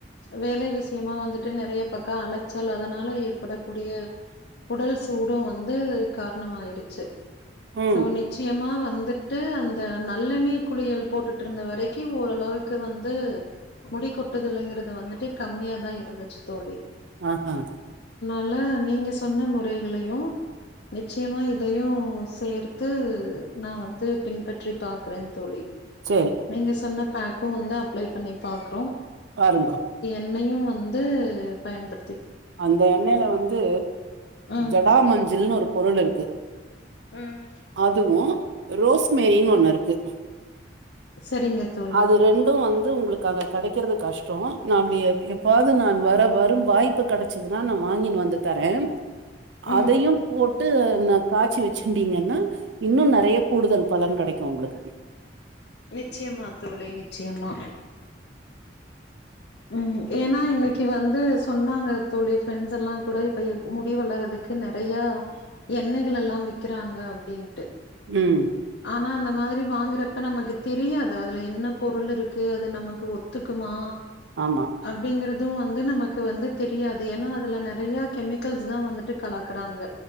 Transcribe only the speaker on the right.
ம்
ஆ ஹ
சேரி
பாருங்கோ
அந்த எண்ணெயில வந்து
ஜடா மஞ்சள்னு ஒரு பொருள் இருக்கு
அதுவு ரோஸ்மேரி இன்னொன்னு இருக்கு
அது ரெண்டு வந்து உங்களுக்கு அங்க கெடைக்கிறது கஷ் டோ நா அப்டி எப்பாவது நா வர வரும் வாய்ப்பு கெடைச்சதுன்னா நா வாங்கின்னு வந்து தரே
அதையு போட்டு நா காச்சி வச்சுன் ங்கன்னா இன்னு நெறைய கூடுதல் பலன் கெடைக்கு உங்களுக்கு
உம்
ஆமா